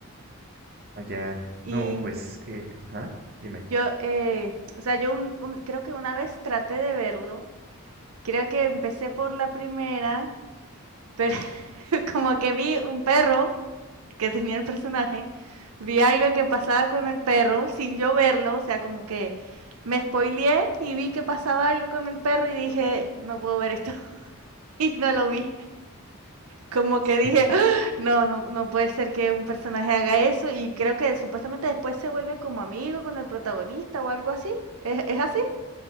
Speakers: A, on the right; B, on the right.
A: Allá,
B: Y
A: no,
B: mm,
A: pues, eh, ajá, dime.
B: yo, eh, o sea, yo un- un- creo que una vez traté de verlo, creo que empecé por la primera, pero <laughs> como que vi un perro que tenía el personaje, vi algo que pasaba con el perro sin yo verlo, o sea, como que me spoileé y vi que pasaba algo con el perro y dije, no puedo ver esto <laughs> y no lo vi. como que dije,
A: <laughs>
B: "Ah, no, no, no puede ser que un personaje haga eso y creo que supuestamente después se vuelve como amigo con el protagonista o algo así. ¿Es, es así?